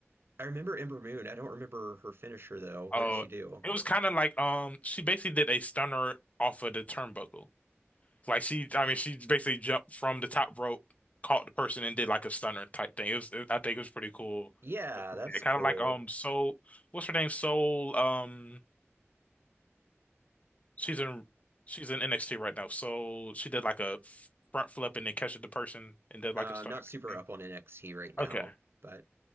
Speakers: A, on the right; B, on the left.
A: I remember Ember Moon. I don't remember her finisher though. What
B: Oh,
A: did she do?
B: it was kind of like um she basically did a stunner off of the turnbuckle. Like she, I mean, she basically jumped from the top rope, caught the person, and did like a stunner type thing. It was, it- I think, it was pretty cool.
A: Yeah,
B: to look
A: that's
B: at. Kind
A: cool.
B: of like um Soul, what's her name? Soul um She's in she's in NXT right now. So she did like a f- front flip and then catches the person and did
A: Uh,
B: like a stunner
A: I'm not super
B: thing.
A: up on NXT right now,
B: Okay.
A: but